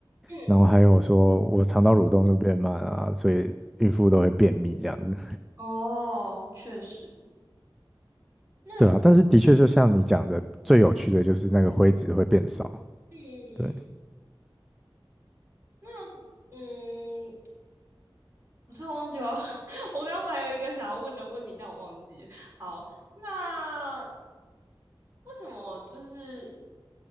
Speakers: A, on the right; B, in the centre.
A: 嗯嗯
B: 然后还有说我肠道蠕动就变慢啊，所以孕妇都会便秘这样子，
A: 哦，确实。
B: <laughs>
A: 那嗯
B: 对啊，但是的确就像你讲的，最有趣的就是那个灰质会变少，
A: 嗯，
B: 对。
A: 那嗯，我突然忘记了，<laughs> 我刚刚本来有一个想要问的问题，但我忘记了。好，那为什么就是